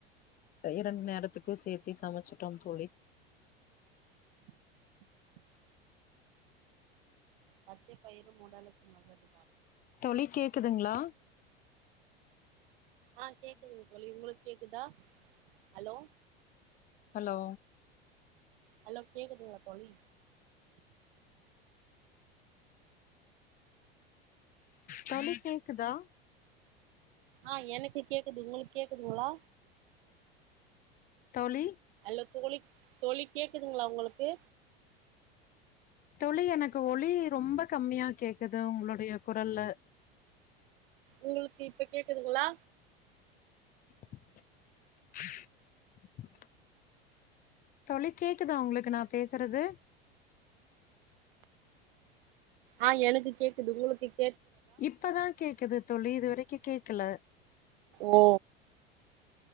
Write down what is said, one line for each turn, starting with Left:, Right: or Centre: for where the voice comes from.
Left: இரண்டு நேரத்துக்கு சேர்த்தி சமச்சிட்டோம் தோழி
Right: <inaudible> பச்சை பயிரு உடலுக்கு நல்லதுதா
Left: தோழி கேக்குதுங்களா
Right: அ கேக்குதுங்க தோழி உங்களுக்கு கேக்குதா ஹலோ
Left: ஹலோ
Right: ஹலோ கேக்குதுங்களா தோழி
Left: தோழி கேக்குதா
Right: அ எனக்கு கேக்குது உங்ளுக்கு கேக்குதுங்ளா
Left: தோழி
Right: ஹலோ தோழி தோழி கேக்குதுங்ளா உங்களுக்கு
Left: தோழி எனக்கு ஒலி ரொம்ப கம்மியா கேக்குது உங்களுடைய குரல்ல
Right: உங்ளுக்கு இப்ப கேக்குதுங்ளா
Left: <inaudible> தோழி கேக்குதா உங்களுக்கு நா பேசுறது
Right: அ எனக்கு கேக்குது உங்ளுக்கு கேக்
Left: இப்பதா கேக்குது தோழி இதுவரைக்கு கேக்கல
Right: ஓ